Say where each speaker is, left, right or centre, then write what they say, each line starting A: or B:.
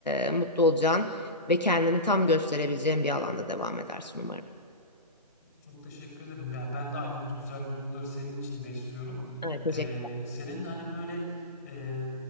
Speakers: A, on the left; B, on the left.
A: e, mutlu olacağın ve kendini tam gösterebileceğin bir alanda devam edersin umarım.
B: Çok teşekkür ederim. Yani ben de aynı du- güzel duyguları senin için besliyorum.
A: Evet, teşekkürler.
B: Ee, senin de hani böyle e,